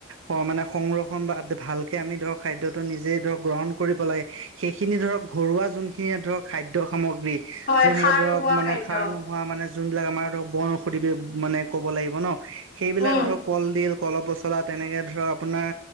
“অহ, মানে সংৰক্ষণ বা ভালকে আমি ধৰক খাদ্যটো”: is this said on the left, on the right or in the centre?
Right